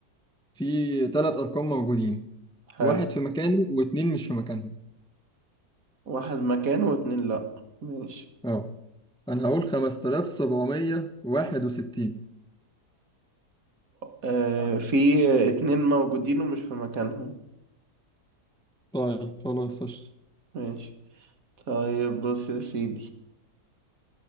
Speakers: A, in the centre; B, on the right.
A: في ثلاث أرقام موجودين
B: حلو
A: واحد في مكانه واتنين مش في مكانهم
B: واحد مكانه واتنين لأ ماشي
A: اه أنا هقول خمسة آلاف سبعمية واحد وستين
B: آه في اتنين موجودين ومش في مكانهم
A: طيب خلاص قشطة
B: ماشي طيب بص يا سيدي